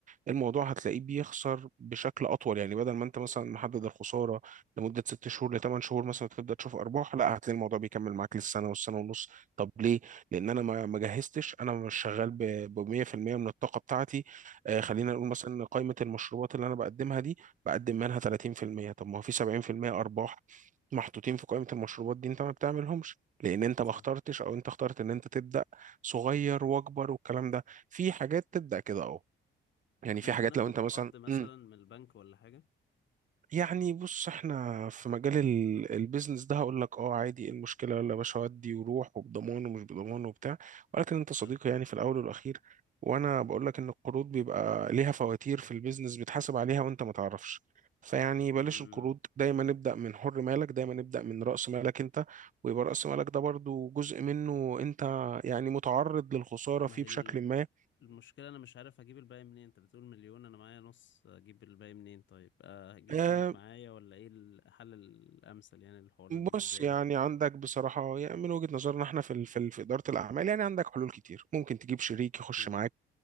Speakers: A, on the right (about 40°); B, on the left (about 70°).
A: الموضوع هتلاقيه بيخسر بشكل اطول يعني بدل ما انت مثلا محدد
B: صح
A: الخساره لمده ست شهور لثمان شهور مثلا تبدا تشوف ارباح لا هتلاقي الموضوع بيكمل معاك للسنه والسنه ونص طب ليه؟ لان انا ما ما جهزتش انا مش شغال ب 100% من الطاقه بتاعتي آه خلينا
B: امم
A: نقول مثلا إن قائمه المشروبات اللي انا بقدمها دي بقدم منها 30% طب ما هو في 70% ارباح محطوطين في قائمه المشروبات دي انت ما بتعملهمش لان انت
B: صح
A: ما اخترتش او انت اخترت ان انت تبدا صغير واكبر والكلام ده في حاجات تبدا كده اه يعني
B: طب ممكن
A: في حاجات
B: اخد
A: لو انت
B: قرض
A: مثلا
B: مثلا
A: امم
B: من البنك ولا حاجة
A: يعني بص احنا في مجال ال- البيزنس ده هقول لك اه عادي ايه المشكله يلا يا باشا ودي وروح وبضمان ومش بضمان وبتاع ولكن انت صديقي
B: حلو
A: يعني في الاول والاخير وانا بقول لك ان القروض بيبقى ليها فواتير في البيزنس بتحاسب عليها وانت ما تعرفش فيعني
B: امم
A: بلاش القروض دايما نبدا من حر مالك دايما نبدا من راس مالك انت ويبقى راس مالك ده برضو جزء منه انت يعني متعرض للخساره
B: ما
A: فيه
B: هي ال-
A: بشكل ما
B: المشكلة انا مش عارف اجيب الباقي منين انت بتقول مليون انا معايا نص اجيب الباقي منين طيب أه هجيب
A: امم
B: شريك معايا ولا ايه الحل الامثل يعني الحوار
A: بص
B: اللي زي
A: يعني
B: ده
A: عندك بصراحة يعني من وجهة نظرنا احنا في ال- في ال- في إدارة الأعمال يعني عندك حلول كتير ممكن تجيب شريك يخش
B: امم
A: معاك